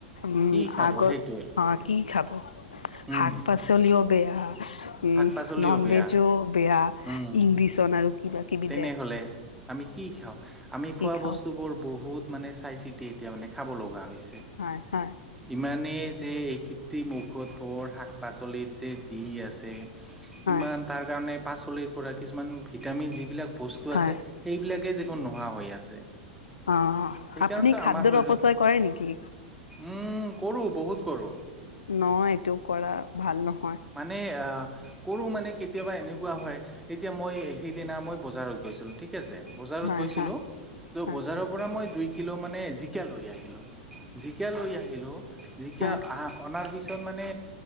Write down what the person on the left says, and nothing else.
উম
আগত
অঁ কি খাব
শাক পাচলিও বেয়া উম
নন
ভেজো বেয়া
ইংলিছন আৰু কিবা কিবি
কি খাওঁ
হয় হয়
হয়
হয়
অ
আপুনি খাদ্যৰ
অপচয় কৰে নেকি?
নহয় এইটো কৰা ভাল নহ
হয়
হয়
হয়
হয় হয়